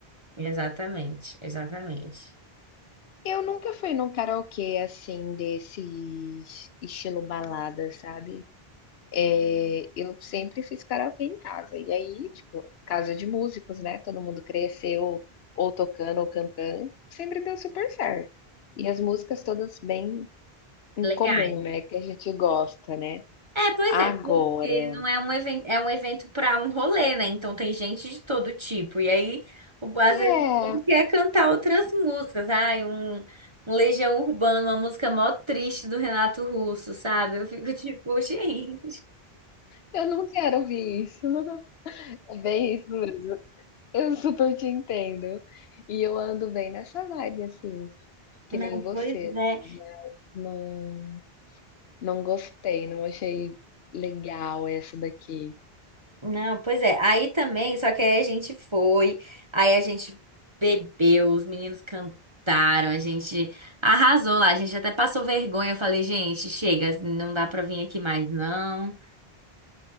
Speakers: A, on the right; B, on the left.
A: exatamente, exatamente.
B: Eu nunca fui num karaokê, assim, desse estilo balada, sabe? Eh, eu sempre fiz karaokê em casa, e aí, tipo, casa de músicos, né, todo mundo cresceu ou tocando ou cantando, sempre deu super certo. E as músicas todas bem em
A: Legal.
B: comum, né, que a gente gosta, né.
A: É, pois
B: Agora
A: é, porque não é um evento, é um evento para um rolê, né? Então tem gente de todo tipo. E aí, o- às
B: é,
A: vezes, o povo quer cantar outras músicas. Ai, um, um Legião Urbana, uma música mó triste do Renato Russo, sabe? Eu fico <laughs> tipo, gente.
B: eu não quero ouvir isso. <laughs> É bem isso mesmo. Eu super te entendo. E eu ando bem nessa vibe, assim, que
A: Não,
B: nem você,
A: pois é.
B: assim, de não não gostei, não achei legal essa daqui.
A: Não, pois é. Aí também, só que aí a gente foi, aí a gente bebeu, os meninos cantaram, a gente arrasou lá, a gente até passou vergonha. Eu falei, gente, chega, não dá pra vir aqui mais, não.